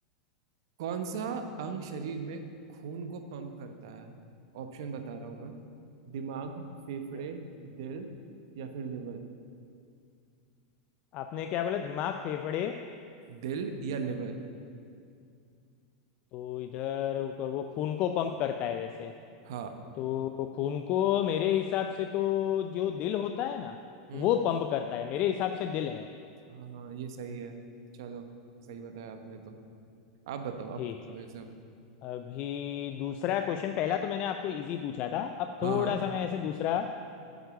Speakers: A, on the right (about 65°); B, on the left (about 45°).
A: कौन सा अंग शरीर में खून को पंप करता है ऑप्शन बता रहा हूँ मैं दिमाग फेफड़े
B: है
A: दिल या फिर लिवर
B: आपने क्या बोला दिमाग फेफड़े
A: दिल या लिवर
B: तो इधर वो खून को पंप करता है वैसे
A: हाँ
B: तो खून को मेरे हिसाब से तो जो दिल होता है ना
A: हम्म
B: वो
A: हम्म,
B: पंप करता है मेरे हिसाब से दिल है
A: हाँ हाँ ये सही है चलो सही बताया आपने तो आप बताओ आप
B: ठीक
A: पूछो
B: है
A: मेरे से अब
B: अभी दूसरा क्वेश्चन पहला तो मैंने आपको इजी पूछा था अब
A: हाँ
B: थोड़ा
A: हाँ
B: सा मैं ऐसे दूसरा